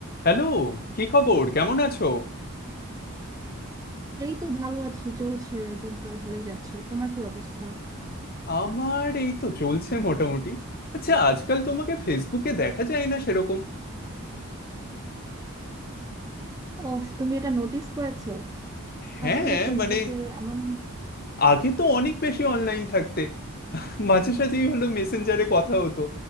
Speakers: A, on the left (about 45°); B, on the right (about 15°).
A: Hello কি খবর কেমন আছো
B: এই তো ভালো আছি চলছে দিনকাল ভালোই যাচ্ছে তোমার কি অবস্থা
A: আমার এই তো চলছে মোটামুটি আচ্ছা আজকাল তোমাকে ফেসবুকে দেখা যায় না সেরকম
B: অফ তুমি এটা নোটিস করেছো
A: হ্যাঁ
B: আসলে ফেসবুকে
A: মানে
B: আমার মনে-
A: আগে তো অনেক বেশি অনলাইন থাকতে মাঝে সাঝেই হলো মেসেঞ্জারে কথা হতো